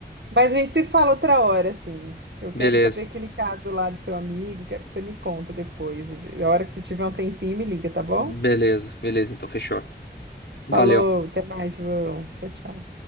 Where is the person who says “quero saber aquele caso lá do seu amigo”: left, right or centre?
Right